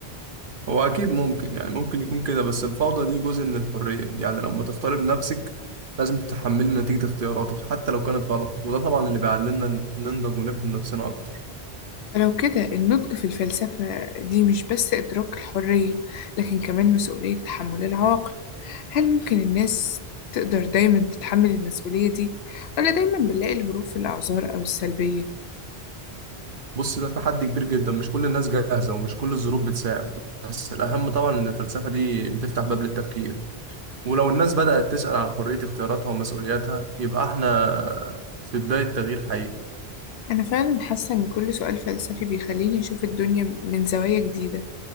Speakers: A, on the right (about 55°); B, on the left (about 75°).
A: هو أكيد ممكن يعني ممكن يكون كده بس الفوضى دي جزء من الحرية يعني لما تختار بنفسك لازم تتحملي نتيجة اختياراتك حتى لو كانت غلط وده طبعا اللي بيعلمنا ننضج ونفهم نفسنا أكتر
B: فلو كده النضج في الفلسفة دي مش بس إدراك الحرية لكن كمان مسؤولية تحمل العواقب هل ممكن الناس تقدر دايما تتحمل المسؤولية دي ولا دايما بنلاقي الهروب في الأعذار أو السلبية؟
A: بص ده تحدي كبير جدا مش كل الناس جاهزة ومش كل الظروف بتساعد بس الأهم طبعا إن الفلسفة دي بتفتح باب للتفكير ولو الناس بدأت تسأل عن حرية اختياراتها ومسؤولياتها يبقى احنا في بداية تغيير حقيقي
B: أنا فعلا حاسة إن كل سؤال فلسفي بيخليني أشوف الدنيا من زوايا جديدة